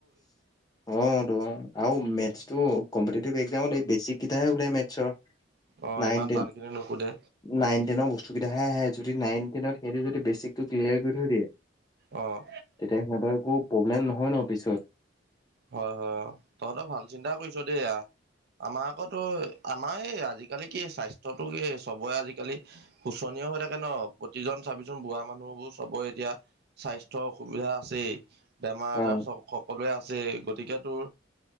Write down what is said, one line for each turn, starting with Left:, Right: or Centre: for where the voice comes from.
Left: অ ত আৰু মেটছ। টু কম্পিটিটিভ একজামত এই বেছিক কিতাহে ওলাই মেটছৰ।
Right: অ',
Left: নাইনটেন
Right: ইমান টানখিনি নুসুধে
Left: নাইনটেন বস্তু। কিটাহে আহে যদি নাইনটেনত সিহঁতি যদি বেচিক ক্লিয়াৰ কৰি থৈ দিয়ে। তেতিয়া
Right: অ',
Left: সিহঁতৰ একো প্ৰব্লেম নহয় ন পিছত।
Right: হয় হয় তহঁতৰ ভাল চিন্তা কৰিছ দেই য়া। আমাৰ আকো আমাৰ এই আজিকালি কি স্বাস্থ্যটো কি চবৰে আজিকালি শুচনি। হৈ থাকে ন প্ৰতিজন চাবিচোন বুঢ়া মানুহবোৰ চবৰে এতিয়া স্বাস্থ্যৰ অসুবিধা আছেই। বেমাৰ আজাৰ
Left: অ
Right: সকলোৱে আছে গতিকে তোৰ।